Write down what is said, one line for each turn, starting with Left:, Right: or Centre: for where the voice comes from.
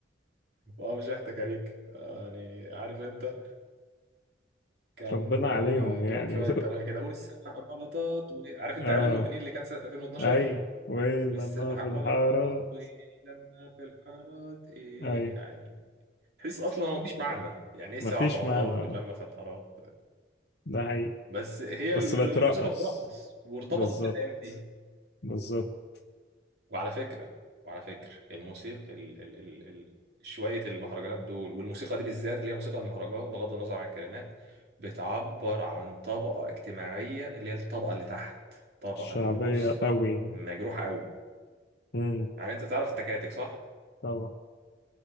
Right: واو شحت كاريك يعني عارف انت كان
Left: ربنا
Right: آه،
Left: عليهم
Right: ليهم
Left: يعني
Right: شويه اغاني كده والسبع بلاطات و...
Left: <laughs>
Right: عارف انت
Left: اه
Right: اعلام موبينيل اللي كان سنه 2012
Left: أي ويل لما
Right: والسبع
Left: في
Right: بلاطات
Left: الحارة
Right: ولما في الحارات ايه
Left: أي
Right: يعني تحس اصلا هو مفيش معنى يعني ايه السبع
Left: مفيش
Right: بلاطات
Left: معنى
Right: واللمه في الحارات
Left: ده حقيقي
Right: بس هي
Left: بس
Right: ال-
Left: بترقص
Right: الموسيقى بترقص وارتبطت
Left: بالظبط
Right: بالايام دي
Left: بالظبط
Right: وعلى فكره وعلى فكره الموسيقى ال ال ال ال شويه المهرجانات دول والموسيقى دي بالذات اللي هي موسيقى المهرجان بغض النظر عن الكلمات بتعبر عن طبقه اجتماعيه اللي هي الطبقه اللي تحت الطبقه
Left: شعبية
Right: اللي بص
Left: قوي يعني
Right: مجروحه قوي
Left: امم
Right: يعني انت تعرف التكاتك صح؟
Left: طبعا